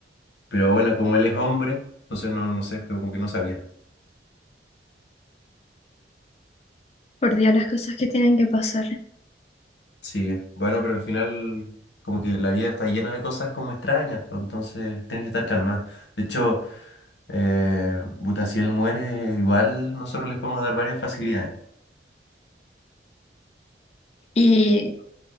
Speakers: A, on the left; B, on the left.
A: pero bueno, como él es hombre, entonces no, no sé, como que no sabía.
B: Por Dios, las cosas que tienen que pasar.
A: Sí, bueno, pero al final como que la vida está llena de cosas como extrañas, pues, entonces tienes que estar calmado. De hecho, eh, puta, si él muere, igual nosotros les podemos dar varias facilidades.
B: Y